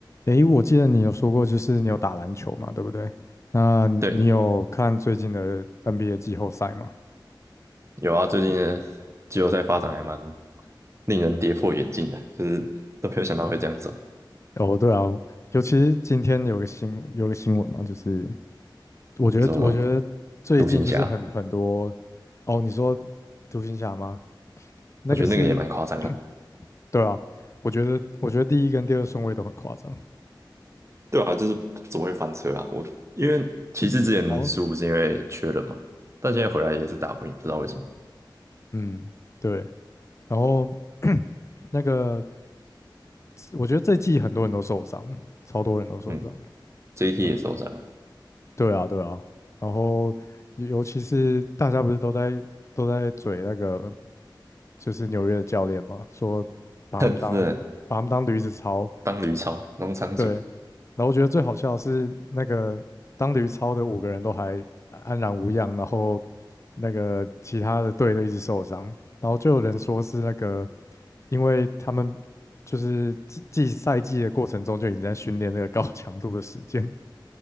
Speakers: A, on the left; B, on the right.
A: 诶，我记得你有说过，就是你有打篮球嘛，对不对？那你有看最近的
B: 对，
A: NBA 季后赛吗？
B: 有啊，最近的季后赛发展还蛮令人跌破眼镜的，就是都没有想到会这样走。
A: 哦，对啊，尤其是今天有个新有个新闻嘛，就是我觉得我觉得最近就是很很多，
B: 你说独行侠，
A: 哦，你说独行侠吗？那个是，
B: 我觉得那个也蛮夸张的，
A: <clears throat> 对啊，我觉得我觉得第一跟第二顺位都很夸张。
B: 对啊，就是总会翻车啊？我因为骑士之前输不是因为缺人嘛，
A: 哦，
B: 但现在回来也是打不赢，不知道为什么。
A: 嗯，对，然后 <clears throat> 那个我觉得这季很多人都受伤，超多人都受伤。
B: 嗯，JT
A: 对。
B: 也受伤了，
A: 对啊，对啊，然后尤尤其是大家不是都在都在嘴那个就是纽约的教练嘛，说把他们当把他们当驴子操，
B: <laughs> 哼，真的当驴超农场主，
A: 对。然后我觉得最好笑的是那个当驴操的五个人都还安然无恙，然后那个其他的队都一直受伤，然后就有人说是那个因为他们就是季季赛季的过程中就已经在训练那个高强度的时间，